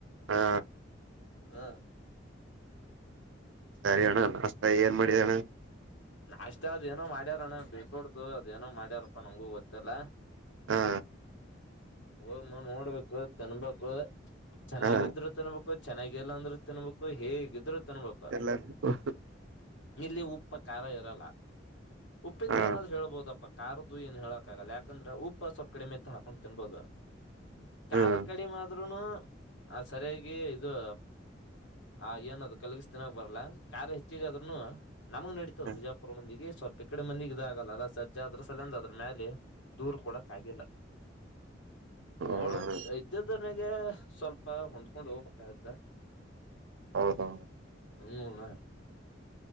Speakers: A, on the right (about 80°); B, on the left (about 80°).
A: ಹಾ
B: ಹ
A: ಸರಿ ಅಣ್ಣ ನಾಷ್ಟಾ ಏನ್ ಮಾಡಿದಣ್ಣ
B: ನಾಷ್ಟ ಅದೇನೋ ಮಾಡ್ಯಾರಣ್ಣ ಡ್ರೈಫ್ರೂಟ್ದು ಅದೇಏನೋ ಮಾಡ್ಯಾರಪ್ಪಾ ನಂಗೂ ಗೊತ್ತಿಲ್ಲ
A: ಹಾ
B: ಹೋಗ್ಮ ನೋಡ್ಬೇಕು ತಿನ್ಬೇಕು ಚೆನ್ನಾಗಿದ್ರು
A: ಹಾ
B: ತಿನ್ಬೇಕು ಚೆನ್ನಾಗಿಲ್ಲ ಅಂದ್ರು ತಿನ್ಬೇಕು ಹೇಗಿದ್ರು ತಿನ್ಬೇಕು
A: ಎಲ್ಲಬೇಕು
B: ಇಲ್ಲಿ ಉಪ್ಪ ಕಾರ ಇರಲ್ಲ ಉಪ್ಪಿಂದೇಯಾನಾದ್ರೂ
A: ಹಾ
B: ಹೇಳಳ್ಬಹದಪ್ಪ ಕರದು ಏನ್ ಹೇಳಕ್ ಆಗಲ್ಲ ಯಾಕಂದ್ರೆ ಉಪ್ಪ ಸ್ವಲ್ಪ ಕಡಿಮೆತ್ತ ಹಾಕೊಂಡ್ ತಿನ್ಬೋದ ಖಾರ
A: ಹ್ಮ್
B: ಕಡಿಮೆ ಆದ್ರುನು ಅ ಸರಿಯಾಗಿ ಇದು ಆ ಏನ ಅದು ಕಲ್ಗಿಸ್ತನಾಗ ಬರಲ್ಲ ಕಾರಾರ್ ಹೆಚ್ಚಿಗೆ ಅದ್ನು ನಮಗ್ ನಡಿಯುತ್ತೆ ಇ
A: ಹ್ಮ
B: ವಿಜಾಪುರ ಮಂದಿಗೆ ಸ್ವಲ್ಪ ಈ ಕಡೆ ಮಂದಿಗೆ ಇದಾಗಲ್ಲಲ್ಲ ಸಜ್ಜ ಅದ್ರ ಸಲಂದುದ್ರ ಮೇಲೆ ದೂರ್ ಕೊಡಕ್ ಆಗಿಲ್ಲ-
A: ಹೌದಣ
B: ನೋಡ್ಬೇಕ್ ಇದ್ದದನಗೆ ಸ್ವಲ್ಪ ಹೊಂದ್ಕೊಂಡು ಹೋಗ್ಬೇಕಾಗತೇ
A: ಹೌದು
B: ಹ್ಮ್ನ್ನಾ